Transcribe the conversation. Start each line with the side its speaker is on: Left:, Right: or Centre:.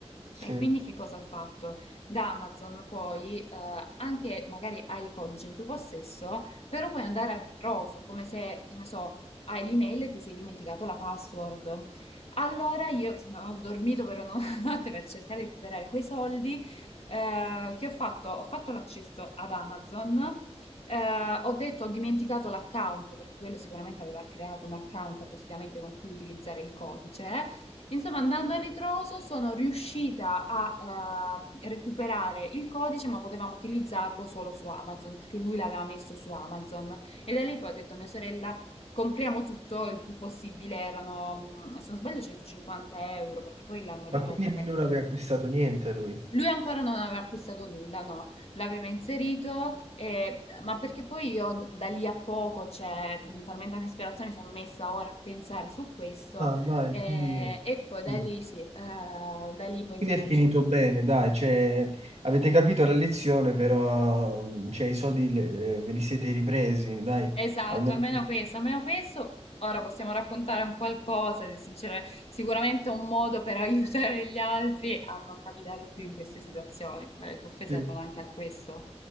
Right: Sì.
Left: E quindi che cosa ho fatto? Da Amazon poi, eh, anche magari hai il codice in tuo possesso, però puoi andare a ritroso, come se, che ne so, hai l'email e ti sei dimenticato la password. Allora io <laughs> ho dormito per una <laughs> notte per cercare di recuperare quei soldi, eh, che ho fatto? Ho fatto l'accesso ad Amazon, eh, ho detto ho dimenticato l'account, perché quello sicuramente aveva creato un account appositamente con cui utilizzare il codice, Insomma, andando a ritroso sono riuscita a ehm, recuperare il codice, ma potevamo utilizzarlo solo su Amazon, perché lui l'aveva messo su Amazon. E da lì poi ho detto a mia sorella, compriamo tutto il più possibile, erano, mm, se non sbaglio, 150 euro, perché poi l'hanno ridotto
Right: Ma quindi
Left: in
Right: lui
Left: realtà.
Right: non aveva acquistato niente, lui?
Left: Lui ancora non aveva acquistato nulla, no, l'aveva inserito, e- ma perché poi io da lì a poco, cioè, mh, talmente tanta ispirazione, mi sono messa ora a pensare su questo
Right: Ah, dai,
Left: e,
Right: quindi,
Left: e poi da
Right: sì.
Left: lì sì, eh, da lì poi
Right: Quindi
Left: siamo
Right: è
Left: riusciti.
Right: finito bene, dai, cioè, avete capito la lezione, però mm, cioè, i soldi le- eh, ve li siete ripresi, dai,
Left: Esatto,
Right: almeno...
Left: almeno questo, almeno questo. Ora possiamo raccontare un qualcosa, se sincero- sicuramente un modo per <laughs> aiutare gli altri a non capitare più in queste situazioni. Beh, le truffe servono
Right: Sì.
Left: anche a questo.